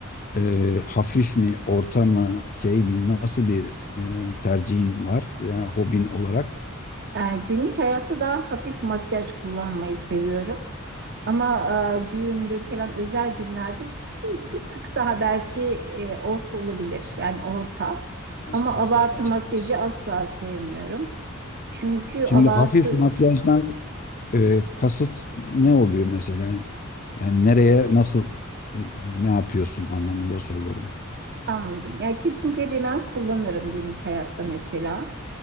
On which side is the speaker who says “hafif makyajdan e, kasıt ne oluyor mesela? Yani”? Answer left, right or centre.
Left